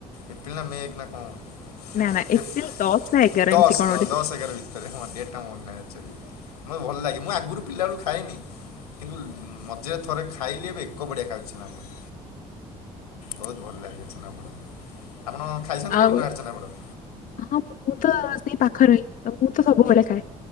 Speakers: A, on the left; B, on the left.
A: ଏପ୍ରିଲ ନା ମେ ଏକ ନା କଣ <unintelligible>
B: ନା ନା ଏପ୍ରିଲ ଦଶ ନା ଏଗାର
A: ଦଶ
B: ଏମିତି କଣ
A: ଦ
B: ଗୋଟେ ଥିଲା।
A: ଦଶ ଏଗରା ଭିତରେ ହଁ ଡେଟା ମନେ ନାହିଁ ଆକଚୁଆଲି ମୋତେ ଭଲ ଲାଗେ ମୁଁ ଆଗରୁ ପିଲା ବଳୁ ଖାଇନି। କିନ୍ତୁ ଉଁ ମଝିରେ ଥରେ ଖାଇଲି ଏବେ ଏକ ବଢ଼ ଦେଖାଯାଉଛି ଛେନାପୋଡ଼ ବହୁତ ଭଲ ଲାଗେ ଛେନାପୋଡ ଆପଣ ଖାଇଛନ୍ତି
B: ଆଉ
A: କେବେ ନୟାଗଡ଼ ଛେନାପୋଡ?
B: ହଁ ମୁଁ ତ ସେଇ ପାଖରେ ତ ମୁଁ ତ ସବୁବେଳେ ଖାଏ।